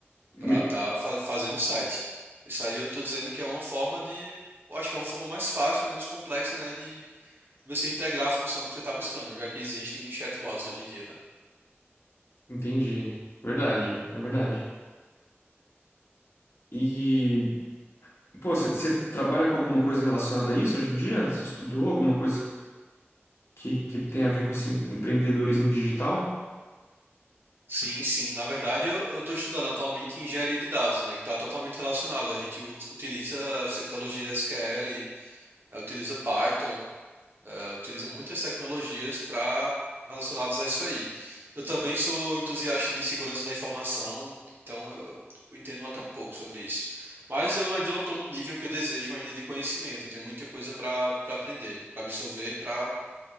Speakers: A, on the left; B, on the right.
A: Me-
B: para estar fazendo o site. Isso aí eu tô dizendo que é uma forma de, eu acho que é uma forma mais fácil, menos complexa, né, de você integrar a função que você está buscando, já que existem chatbots hoje em dia, né?
A: entendi. Verdade, é verdade. E, pô, você trabalha com alguma coisa relacionada a isso hoje em dia? Você estudou alguma coisa que, que tem a ver com esse empreendedorismo digital?
B: Sim, sim. Na verdade, eu eu estou estudando atualmente engenharia de dados, né, que está totalmente relacionado. A gente u- utiliza as tecnologias SQL, eh, utiliza Python eh, utiliza muitas tecnologias para relacionadas a isso aí. Eu também sou entusiasta de segurança da informação, então eu eu entendo até um pouco sobre isso. Mas eu ainda não estou no nível que eu desejo ainda de conhecimento. Eu tenho muita coisa para para aprender, para absorver, para